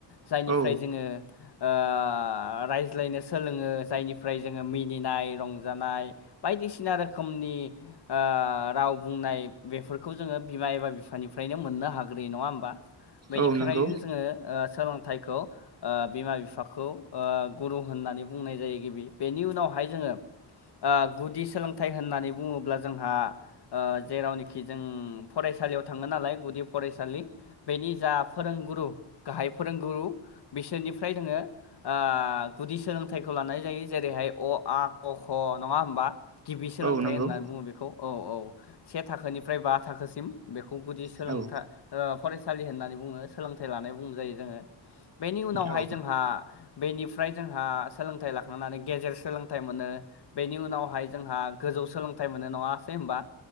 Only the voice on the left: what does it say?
जायनिफ्राय
जोङो, आ आ रायज्लायनो सोलोङो जायनिफ्राय जोङो मिनिनाय रंजानाय बायदिसिना रोखोमनि नि आ राव बुंनाय बेफोरखौ जोङो बिमा एबा बिफानिफ्रायनो मोननो हाग्रोयो नङा होमबा? बेनिख्रायनो
जोङो ओ, सोलोंथाइखौ ओ बिमा बिफा फाखौ आ, गुरु होननानै बुंनाय जायो गिबि। बेनि उनावहाय जोङो आ, गुदि सोलोंथाइ होननानै बुङोब्ला जोंहा आ जेरावनोखि जों फराय फरायसालियाव थाङो नालाय गुदि फरायसालि बेनि जा फोरोंगुरु, गाहाय फोरोंगुरु बिसोरनिफ्राय जोङो आ गुदि सोलोंथाइखौ लानाय जायो जेरैहाय अ, आ, क, ख नङा होमबा? गिबि सोलोंथाइ
होननानै बुङो बेखौ औ औ से थाखोनिफ्राय बा थाखोसिम बेखौ गुदि सोलोंथाइ
ओ फरायसालि होननानै बुङो सोलोंथाइ लानाय बुंजायो जोङो बेनि उनावहाय
जोंहा बेनिफ्राय जोंहा सोलोंथाइ लाखांनानै गेजेर सोलोंथाइ मोनो बेनि उनावहाय जोंहा गोजौ सोलोंथाइ मोनो नङासै होनबा